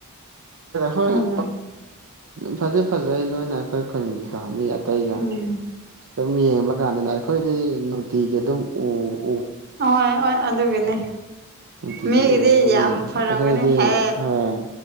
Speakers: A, on the right; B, on the right.
A: ꯍꯣꯏ
B: ꯑꯗꯨ
A: ꯐꯗꯤ ꯐꯖꯩ ꯂꯣꯏꯅ ꯑꯩꯈꯣꯏ ꯈꯨꯟꯒꯤꯗ ꯌꯥꯦ ꯑꯇꯩꯒ
B: ꯎꯝ
A: ꯁꯨꯝ ꯌꯦꯡꯕ ꯀꯥꯟꯗꯅ ꯑꯩꯈꯣꯏꯗꯤ ꯅꯨꯡꯇꯤꯒꯤ ꯑꯗꯨꯝ ꯎ
B: ꯍ ꯑꯗꯨꯒꯤꯅꯦ
A: ꯅꯨꯡꯇꯤꯒꯤ
B: ꯃꯤꯒꯤꯗꯤ
A: ꯎꯕꯒꯤ
B: ꯌꯥꯝ ꯐꯔꯝꯒꯅꯤ
A: ꯑꯩꯈꯣꯏꯗꯤ
B: ꯍꯦ
A: ꯍꯣꯏ